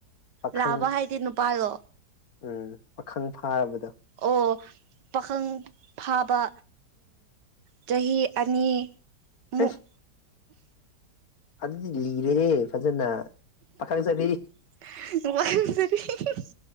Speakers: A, on the left; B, on the right.
A: ꯄꯥꯈꯪ
B: ꯂꯥꯕ ꯍꯥꯏꯗꯤ ꯅꯨꯄꯥꯔꯣ
A: ꯎꯝ ꯄꯥꯈꯪ ꯐꯥꯔꯕꯗꯣ
B: ꯑꯣ ꯄꯥꯈꯪ ꯐꯥꯕ ꯆꯍꯤ ꯑꯅꯤ ꯃꯨꯛ
A: ꯑꯦꯁ ꯑꯗꯨꯗꯤ ꯂꯤꯔꯦꯍꯦ ꯐꯖꯅ ꯄꯥꯈꯪ ꯁꯥꯔꯤ
B: <unintelligible>